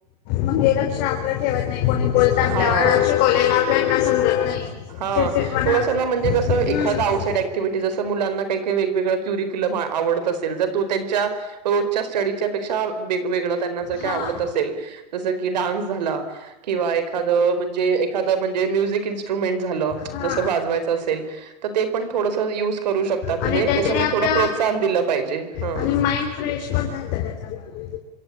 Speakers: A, on the left (about 50°); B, on the right (about 85°).
A: ल आप ठेवत नाही को. बोलतं
B: हां.
A: आपल्यावर शिकवलेलं आपल्यांना समजत नाही.
B: हा
A: चिडचिडपणा
B: थोडासा
A: होतो
B: ना म्हणजे कसं
A: हम्म.
B: एखादा आउटसाइड अँक्टिव्हिटी जसं मुलांना काही काही वेगवेगळ क्युरी क. <inaudible> आवडत असेल त. तो त्यांच्या रोजच्या स्टडीच्या पेक्षा वेग-वेगळं त्यांना जर काय
A: हा
B: आवडत असेल जसं की डान्स झाला किंवा एखादं म्हणजे एखादं म्हणजे म्युझिक इन्स्ट्रुमेंट झालं
A: हा
B: जसं वाजवायचं असेल तर ते पण थोडसं यूज करू शकतात म्हणजे
A: आणि त्याच्याने
B: त्याच्यामुळं
A: आपल्या
B: थोडं प्रोत्साहन दिलं पाहिजे हं..
A: आणि माइंड फ्रेश पण नाही चांगथ.